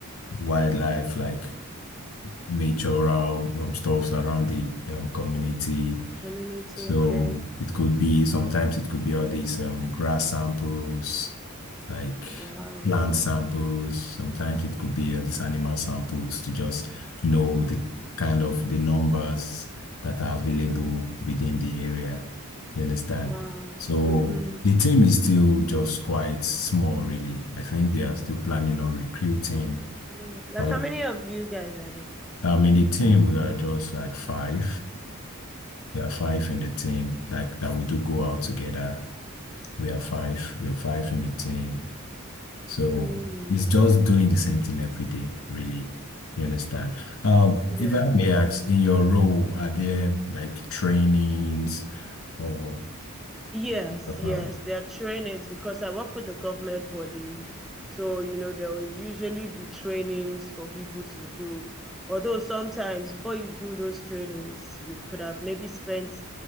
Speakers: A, on the left; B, in the centre.
A: wildlife, like natural um, stuffs around the um, community.
B: Community.
A: So
B: Okay.
A: it could be sometimes it could be all these um, grass samples, like
B: Wow.
A: plant samples. Sometimes it could be uh, these animal samples to just know the kind of the numbers that are available within the area. You understand?
B: Wow.
A: So
B: Mm-hmm.
A: the team is still just quite small, really. I think they are still planning on recruiting.
B: Mm, Like,
A: But
B: how many of you guys are there?
A: um, in the team, we are just like five. There are five in the team, like that we do go out together We are five. We are five in the team. So
B: Mm,
A: it's just doing the same thing every day, really. You understand? Um,
B: yeah.
A: if I may ask, in your role, are there like trainings or
B: Yes,
A: uh,
B: yes, there are trainings because I work with the government body. So, you know, there will usually be trainings for people to do. Although sometimes before you do those trainings, you could have maybe spent